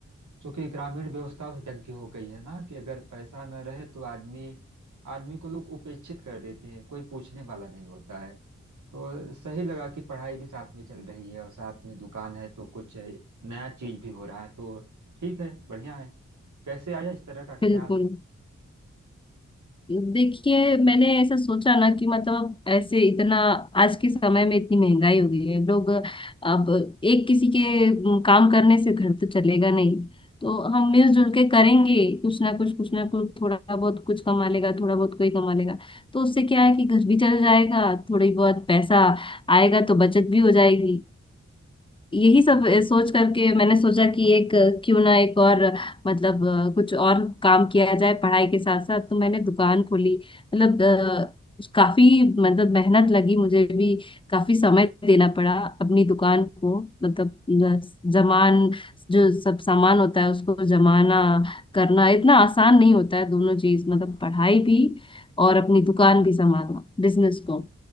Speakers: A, on the right (about 75°); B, on the left (about 15°).
A: क्योंकि ग्रामीण व्यवस्था उस ढंग की हो गई है ना कि अगर पैसा न रहे तो आदमी आदमी को लोग उपेक्षित कर देते हैं कोई पूछने वाला नहीं होता है तो सही लगा कि पढ़ाई भी साथ में चल रही है और साथ में दुकान है तो कुछ है, नया चीज भी हो रहा है तो ठीक है बढ़िया है कैसे आया इस तरह का
B: बिल्कुल
A: ख्याल
B: देखिए मैंने ऐसा सोचा ना कि मतलब ऐसे इतना आज के समय में इतनी महंगाई हो गई है लोग अब एक किसी के अम, काम करने से घर तो चलेगा नहीं तो हम मिलजुल के करेंगे कुछ ना कुछ कुछ ना कुछ थोड़ा बहुत कुछ कमा लेगा थोड़ा बहुत कोई कमा लेगा तो उससे क्या है कि घर भी चल जाएगा थोड़ी बहुत पैसा आएगा तो बचत भी हो जाएगी यही सब
A: हाँ
B: अ, सोच करके मैंने सोचा कि एक अ, क्यों ना एक और अ, मतलब अ, कुछ और काम किया जाए पढ़ाई के साथ साथ तो मैंने दुकान खोली मतलब अ, काफी मतलब मेहनत लगी मुझे भी काफी समय देना पड़ा अपनी दुकान को मतलब अ, जमान जो सब सामान होता है उसको जमाना करना इतना आसान नहीं होता है दोनों चीज मतलब पढ़ाई भी और अपनी दुकान भी संभालना बिजनेस को